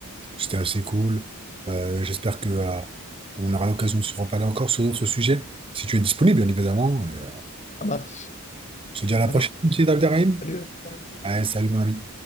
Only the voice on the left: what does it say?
Ça marche.
Allez,
salut. à la prochaine.